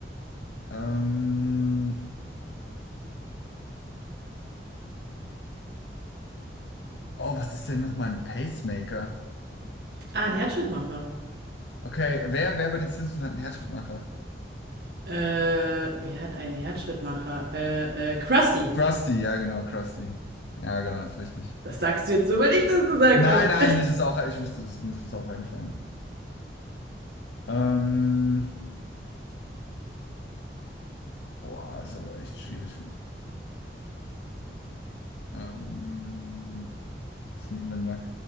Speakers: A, on the left; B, on the right.
A: Ähm, oh, was ist denn nochmal ein Pacemaker?
B: Ah, ein Herzschrittmacher.
A: Okay, wer, wer bei den Simpsons hat einen Herzschrittmacher?
B: Äh, wer hat einen Herzschrittmacher? Äh, äh, Krusty.
A: Krusty, ja genau, Krusty. Ja, genau, ist richtig.
B: Das sagst du jetzt so, weil ich das gesagt
A: Nein,
B: habe.
A: nein, mir ist es auch, ich wusste das, mir ist es auch eingefallen. Ähm, boah, ist aber echt schwierig. Ähm, was nehmen wir denn da?